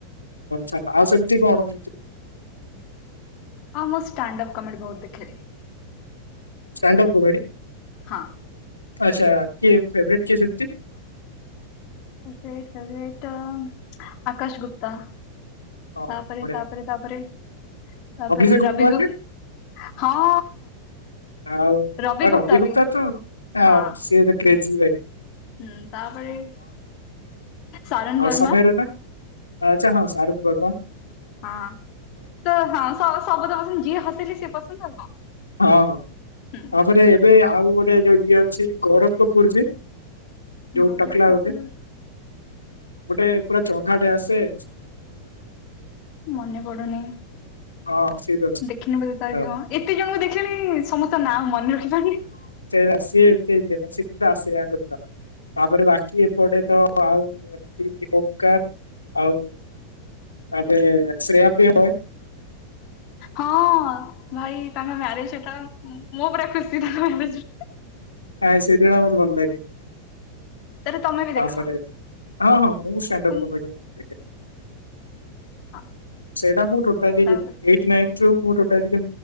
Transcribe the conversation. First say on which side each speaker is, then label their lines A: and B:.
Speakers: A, on the left; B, on the left.
A: ଛାଡ ଆଉ ସେମିତି କଣ
B: ହଁ ମୁଁ ଷ୍ଟାଣ୍ଡପ୍ କମେଡି ବହୁତ ଦେଖିଲି।
A: ଷ୍ଟାଣ୍ଡ ଅପ କୋଭଡ଼ି
B: ହଁ।
A: ଆଚ୍ଛା କିଏ ଫେବରେଟ୍ କିଏ ସେମତି
B: ଫେବରେଟ ଫେବରେଟ୍ ଆକାଶ ଗୁପ୍ତା
A: ହଁ
B: ତାପରେ
A: ବଢିଆ
B: ତାପରେ ତାପରେ ତାପରେ
A: ଅଭିଷେକ
B: ରବିକୁୁ
A: ଉପମନ୍ୟୁ
B: ହଁ।
A: ଆଉ
B: ରବି
A: ରବିଗୁପ୍ତା
B: ଗୁପ୍ତା ବି
A: ତ ଆ
B: ହଁ।
A: ସିଏ ଦେଖେଇଚି ଯାଇ
B: ହୁଁ ତାପରେ ସାରନ
A: ଆଉ
B: ବର୍ମା
A: ସମୟ ରୈନା ଆଚ୍ଛା ହଁ ଶାରୁଖ ବର୍ବନ
B: ହଁ ତ ହଁ ସବଦ ପସନ୍ଦ ଯିଏ ହସେଇଲେ ସେଏ ପସନ୍ଦ ଆଉ କଣ
A: ହଁ ହଁ
B: ହୁଁ
A: ତାପରେ ଏବେ ଆଉ ଗୋଟେ ଯୋଉ ଇଏ ଅଛି, ଗୌରବ କପୁର ଯେ ଯୋଉ
B: ଗୌରବ
A: ଟକଲା
B: କପୂୁର
A: ଗୋଟେ ଗୋଟେ ପୁରା ଚଢାଟେ ଆସେରେ
B: ମନେ ପଡୁନି
A: ହଁ ସିଏ ବି ଅଛି
B: ଦେଖିନି ବଧେ ତାର
A: ତ
B: ଏତେ ଜଣଙ୍କୁ ଦେଖ ସମସ୍ତ ନାଁ ମନେ ରଖିବା କି
A: ଆ ଏତେ ଇ ସେ କିନ୍ତୁ ଆସୋ କର ତାପରେ ବାକି ପଟେ ତ ଆଉ ଏମତି ଓମ୍କାର ଆଉ। ଆପେ ଶ୍ରେୟ ପ୍ରିୟମ ଭଏ
B: ହଁ ଭାଇ ତାଙ୍କ ମ୍ୟାରେଜ ଏଟା ମୁଁ ପୁରା ଖୁସି ତାଙ୍କ ମ୍ୟାରେଜ
A: ଆଁ ସେଇଦିନ ମୋତେ ଭଲ ଲାଗେ।
B: ତାରେ ତମେ ବି
A: ତାପରେ
B: ଦେଖ
A: ହଁ ହଁ ମୁଁ ଣ୍ଡପ୍
B: ହୁଁ
A: କ ମୁଁ ଦେଖି
B: ହଁ
A: ସେଇଟା ମୁଁ ଟୋଟାଲି
B: ତାପରେ
A: ଏଇଟ୍ ନାଇନ୍ ମୁଟାତିଟା